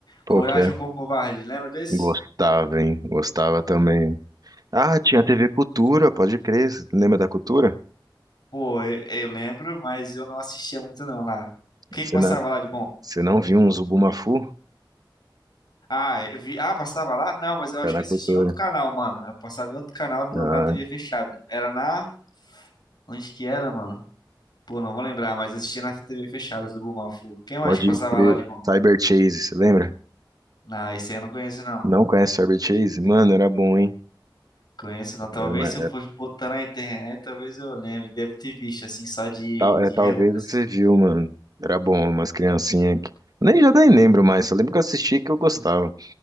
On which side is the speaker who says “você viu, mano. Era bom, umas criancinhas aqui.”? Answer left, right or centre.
Right